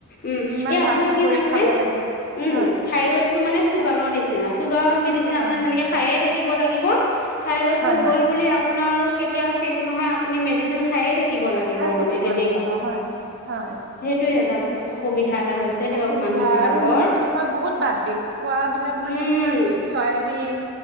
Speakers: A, on the left; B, on the right.
A: উম
B: ইমান
A: এ আপোনাৰ
B: বাচি
A: কি
B: কৰি
A: জানেনেে
B: খাব লাগে
A: উম
B: হয়
A: থাইৰইড টো মানে চুগাৰৰ নিচি চুগাৰৰ মেডিচিন
B: তোৰ
A: আপু
B: কাৰণে নিচিনা
A: যেনেকে খায়ে থাকিব ল <unintelligible>
B: হয় হয়
A: থাকিব লাগিব
B: খাই
A: মানে
B: থাকিব
A: তেনেকুৱা
B: লাগিব হয় হয়
A: সেইটোয়ে এটা
B: হয়
A: অসুবিধা এটা হৈছে দিয়ক
B: অসুবিধা
A: মানুহ বিলাকৰ
B: আৰু মানে কি হয় বহুত বাদ বিজ খোৱাবলাক
A: উম
B: মানে তোমাৰ চয়াবিন